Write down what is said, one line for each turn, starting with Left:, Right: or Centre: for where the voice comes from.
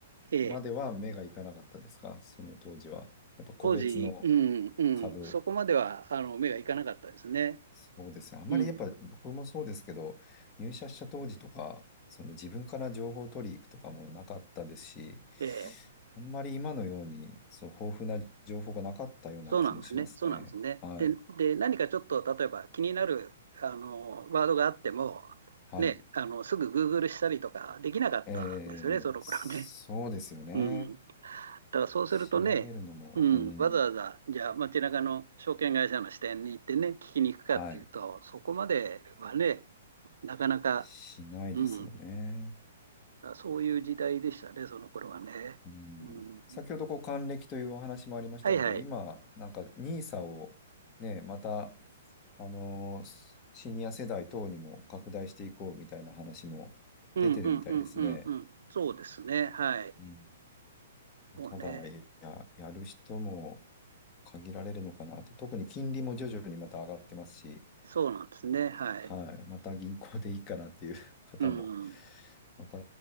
Right: ええ、
Left: までは目がいかなかったですかその当時は。やっぱ個別の
Right: 当時、うん、うん、
Left: 株。
Right: そこまでは、あの、目がいかなかったですね。
Left: そうですね。あんまりやっぱ僕もそうですけど、
Right: うん、
Left: 入社した当時とか、その自分から情報を取りに行くとかもなかったですし、
Right: ええ。
Left: あんまり今のように、そう、豊富な情報がなかったような気もしますね。
Right: そうなんですね。そうなんですね。
Left: はい。
Right: で、で、何かちょっと、例えば気になる、あの、ワードがあっても、
Left: はい。
Right: ね、あの、すぐ Google したりとかできなかったんですよね、
Left: えー、
Right: その頃ね。
Left: そうですよね。
Right: うん。だからそうするとね、
Left: 調べるのも、
Right: うん、
Left: うん、
Right: わざわざ、じゃあ街中の証券会社の支店に行ってね、聞きに行くかっていうと、
Left: はい、
Right: そこまではね、なかなか、
Left: しないですよね。
Right: うん、そういう時代でしたね、その頃はね。
Left: うん、
Right: うん、
Left: 先ほどこう還暦というお話もありましたけど、
Right: はいはい。
Left: 今、なんかニーサをね、また、あのーシニア世代等にも拡大していこうみたいな話も出てるみたいですね。
Right: うんうんうんうんうん。そうですね。はい。
Left: うん、
Right: そうね。
Left: ただ、いや、やる人も限られるのかなと。特に金利も徐々にまた上がってますし、
Right: そうなんですね。はい。
Left: はい。また銀行でいいかなっていう <laughs> 方も、
Right: うん。
Left: また